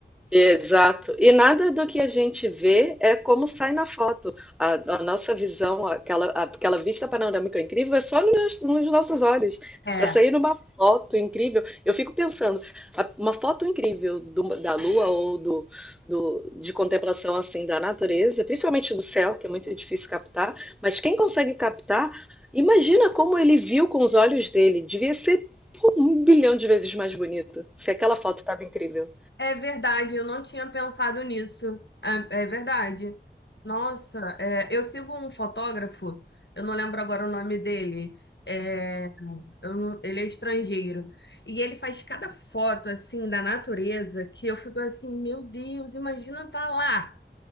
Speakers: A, in the centre; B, on the left.
A: Exato. E nada do que a gente vê é como sai na foto. A, a nossa visão, aquela, aquela vista panorâmica incrível, é só nos, nos nossos olhos.
B: É.
A: Para sair numa foto incrível, eu fico pensando, a- uma foto incrível do- da lua ou do, do- de contemplação assim da natureza, principalmente do céu, que é muito difícil captar, mas quem consegue captar, imagina como ele viu com os olhos dele. Devia ser pô, um bilhão de vezes mais bonito, se aquela foto estava incrível.
B: É verdade, eu não tinha pensado nisso. É, é verdade. Nossa, é, eu sigo um fotógrafo, eu não lembro agora o nome dele. é, eu não- ele é estrangeiro. E ele faz cada foto assim da natureza que eu fico assim, meu Deus, imagina tá lá.